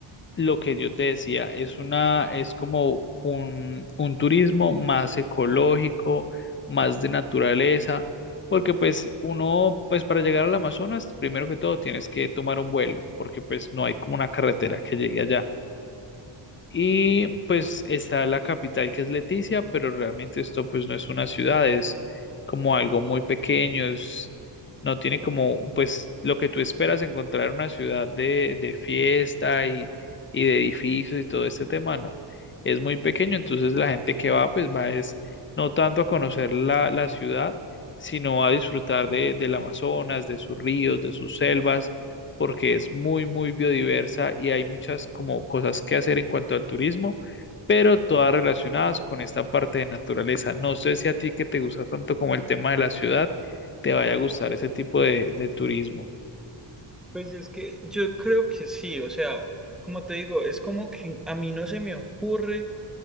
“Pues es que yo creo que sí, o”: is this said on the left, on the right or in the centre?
Centre